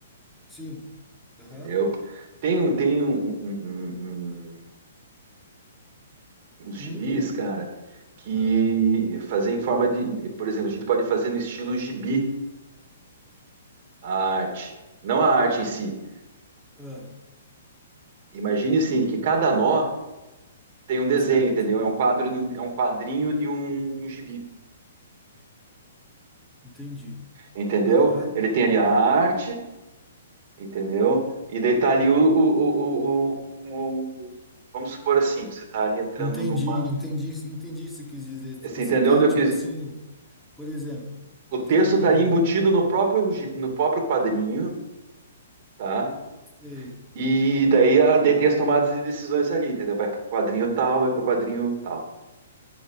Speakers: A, in the centre; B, on the right (about 50°).
A: Sim. Aham.
B: entendeu? Tem, um- tem um- um- um- um- um, uns gibis,
A: Um.
B: cara, que
A: ah,
B: fazem em forma de, por exemplo, a gente pode fazer no estilo gibi a arte, não a arte em si.
A: ah,
B: Imagine assim que cada nó tem um desenho,
A: certo.
B: entendeu? É um quadro, um- é um quadrinho de um, de um gibi.
A: Entendi.
B: entendeu?
A: Aham.
B: Ele tem ali a arte, entendeu? E daí tá ali o, o, o, o- o- o- vamos supor assim, você tá ali entrando
A: Entendi,
B: numa,
A: entendi, entendi o que você quis dizer.
B: você
A: Você
B: entendeu
A: tem,
B: onde eu
A: tipo
B: quis?
A: assim, por exemplo,
B: O texto
A: tem.
B: tá ali embutido no próprio gi- no próprio quadrinho, tá?
A: Sei.
B: E daí a daí tem as tomadas de decisões ali, entendeu? Vai pro quadrinho tal, vai pro quadrinho tal.